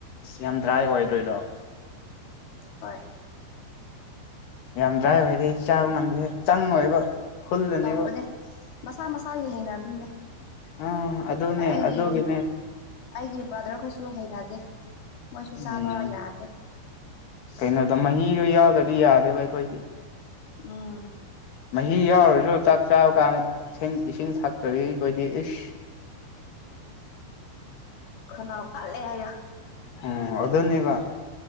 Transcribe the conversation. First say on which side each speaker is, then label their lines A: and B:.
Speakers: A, on the left; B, on the left.
A: ꯌꯥꯝ ꯗ꯭ꯔꯥꯏ ꯑꯣꯏꯗꯣꯏꯗꫭ
B: ꯍꯣꯏ
A: ꯌꯥꯝ ꯗ꯭ꯔꯥꯏ ꯑꫭꯏꯔꯗꯤ ꯑꯩꯗꯤ ꯆꯥꯕ ꯉꯝꯗꯦꯍꯦ ꯆꯪꯉꯣꯏꯕ ꯐꯨꯜꯂꯅꯤꯕ
B: ꯇꯧꯕꯅꯦ ꯃꯁꯥ ꯃꯁꯥꯒꯤ ꯍꯩꯅꯕꯤꯅꯦ
A: ꯑꯥ ꯑꯗꯨꯅꯦ
B: ꯑꯩꯒꯤ
A: ꯑꯗꯨꯒꯤꯅꯦ
B: ꯑꯩꯒꯤ ꯕ꯭ꯔꯗꯔꯈꯣꯏꯁꯨ ꯍꯩꯅꯗꯦ ꯃꯣꯏꯁꯨ ꯆꯥꯕ
A: ꯎꯝ
B: ꯌꯥꯗꯦ
A: ꯀꯩꯅꯣꯗ ꯃꯍꯤꯗꯨ ꯌꯥꯎꯗ꯭ꯔꯗꯤ ꯌꯥꯗꯦꯕ ꯑꯩꯈꯣꯏꯗꯤ
B: ꯎꯝ
A: ꯃꯍꯤ ꯌꯥꯎꯔꯁꯨ ꯆꯥꯛ ꯆꯥꯕ ꯀꯥꯟꯗ ꯏꯁꯤꯡ ꯊꯛꯇꯔꯗꯤ ꯑꯩꯈꯣꯏꯗꯤ ꯏꯁ
B: ꯈꯅꯥꯎ ꯄꯜꯂꯦ ꯍꯥꯏꯌꫭ
A: ꯎꯝ ꯑꯗꯨꯅꯦꯕ